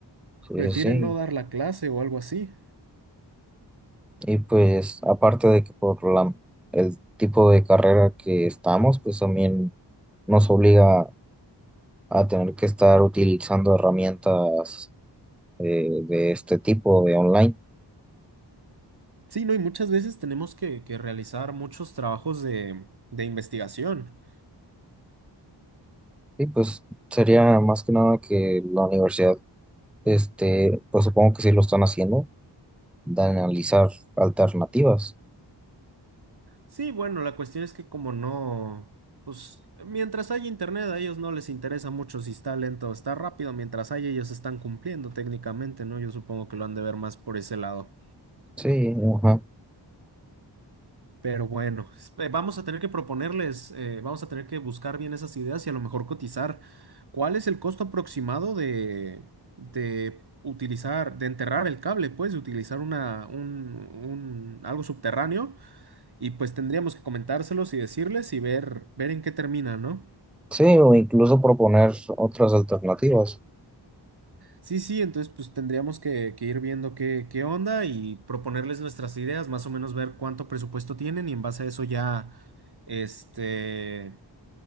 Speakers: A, in the centre; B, on the right (about 60°).
A: sí,
B: Prefieren
A: sí, sí.
B: no dar la clase o algo así.
A: Y pues aparte de que por la, el tipo de carrera que estamos, pues también nos obliga a tener que estar utilizando herramientas eh, de este tipo de online.
B: Sí, no, y muchas veces tenemos que, que realizar muchos trabajos de, de investigación.
A: Y pues sería más que nada que la universidad, este, pues supongo que sí lo están haciendo, de analizar alternativas.
B: Sí, bueno, la cuestión es que como no, pues mientras haya internet a ellos no les interesa mucho si está lento o está rápido, mientras haya ellos están cumpliendo técnicamente, ¿no? Yo supongo que lo han de ver más por ese lado.
A: Sí, ajá.
B: Pero bueno, es- eh, vamos a tener que proponerles, eh, vamos a tener que buscar bien esas ideas y a lo mejor cotizar. ¿Cuál es el costo aproximado de, de utilizar, de enterrar el cable, pues, de utilizar una, un, un- algo subterráneo? Y pues tendríamos que comentárselos y decirles y ver, ver en qué termina, ¿no?
A: Sí, o incluso proponer otras alternativas.
B: Sí, sí, entonces pues tendríamos que, que ir viendo qué, qué onda y proponerles nuestras ideas, más o menos ver cuánto presupuesto tienen y en base a eso ya, este